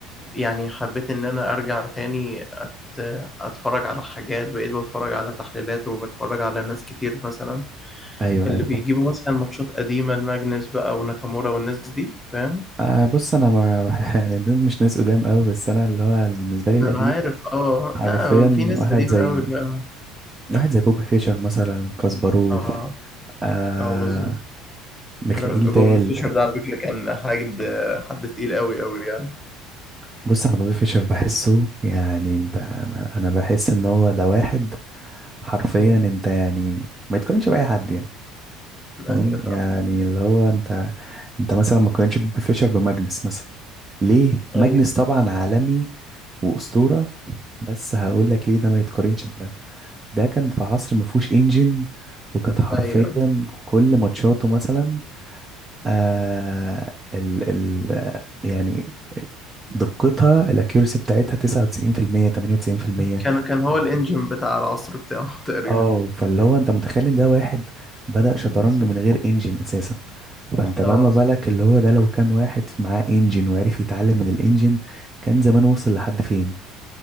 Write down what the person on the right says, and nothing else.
ايوه
ايوه
آه بص انا ما <laughs> يعني دول مش ناس قدام قوي بس انا اللي هو بالنسبه لي القديم
حرفيا
واحد
زي
واحد زي بوب فيشر مثلا كاسباروف
آه
ميخائيل
تال
بص انا بوبي فيشر بحسه يعني انت انا انا بحس ان هو ده واحد حرفيا
انت يعني ما يتقارنش باي حد يعني تمام
يعني اللي هو انت انت مثلا ما تقارنش بوبي فيشر بماجنس مثلا ليه
ماجنس طبعا عالمي واسطوره بس هقول لك ليه ده ما يتقارنش بده ده كان في عصر ما فيهوش انجن وكانت حرفيا
كل ماتشاته مثلا آه ال ال يعني دقتها الاكيورسي بتاعتها 99% 98%
اه فاللي هو انت متخيل ان ده واحد بدأ
شطرنج من غير انجن اساسا فانت بقى
ما بالك اللي هو ده لو كان واحد معاه انجن وعرف يتعلم من الانجن كان زمان وصل لحد فين